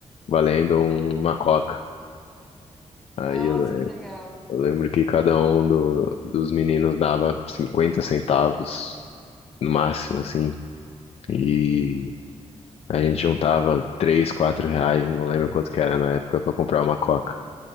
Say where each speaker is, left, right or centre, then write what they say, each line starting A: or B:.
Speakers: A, on the left; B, in the centre.
A: valendo um- uma coca. Aí
B: Nossa,
A: eu,
B: que legal.
A: eu lembro que cada um do- dos meninos dava 50 centavos no máximo, assim, e a gente juntava 3 4 reais, eu não lembro quanto que era na época, pra comprar uma coca,